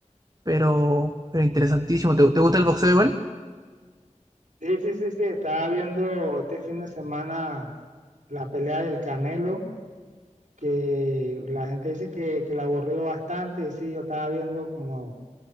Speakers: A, on the right; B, on the right.
A: Pero, pero interesantísimo. ¿Te, te gusta el boxeo igual?
B: Sí, sí, sí, sí, estaba viendo este fin de semana la pelea del Canelo, que la gente dice que, que la aburrió bastante, y sí, yo estaba viendo como...